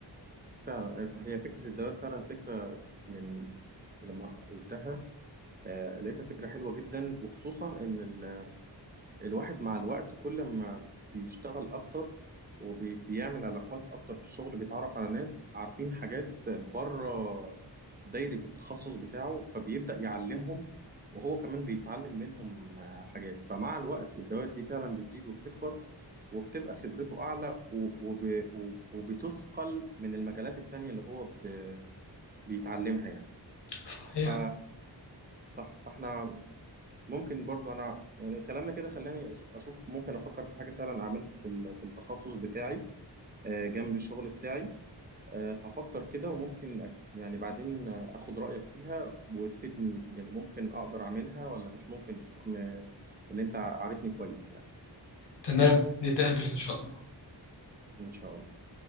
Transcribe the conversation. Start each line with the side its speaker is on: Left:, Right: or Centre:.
Right: فعلا أيوة صح هي فكرة الدوائر فعلا فكرة يعني لما قلتها آه لقيتها فكرة حلوة جدا وخصوصا إن ال- الواحد مع الوقت كل ما بيشتغل أكتر وبيعمل علاقات أكتر في الشغل بيتعرف على ناس عارفين حاجات بره دايرة التخصص بتاعه فبيبدأ يعلمهم وهو كمان بيتعلم منهم آه، حاجات فمع الوقت الدوائر دي فعلا بتزيد وبتكبر وبتبقى خبرته أعلى و- وب- وب- وبتثقل من المجالات التانية اللي هو ب- بيتعلمها يعني
Left: صحيح
Right: ف صح فاحنا ممكن برضو انا يعني كلامنا كده خلاني أش- اشوف ممكن افكر في حاجه فعلا اعملها في ال- في التخصص بتاعي آه، جنب الشغل بتاعي آه، هفكر كده وممكن أك- يعني بعدين آه، اخد رأيك فيها وتفيدني يعني ممكن اقدر اعملها ولا مش ممكن بحكم آه، ان انت عارفني كويس يعني
Left: تمام نتقابل إن شاء الله
Right: ان شاء الله